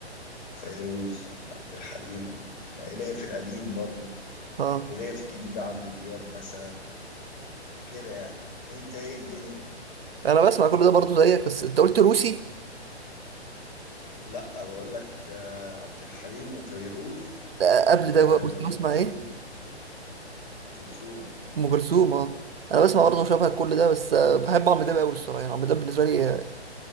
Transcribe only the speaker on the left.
فيروز عبد الحليم آه، ليا في القديم برضو
وليا في الجديد عمرو دياب مثلا كده يعني أنت إيه الدنيا؟
لأ بقول لك آه، عبد الحليم وفيروز
وأم
كلثوم
أم كلثوم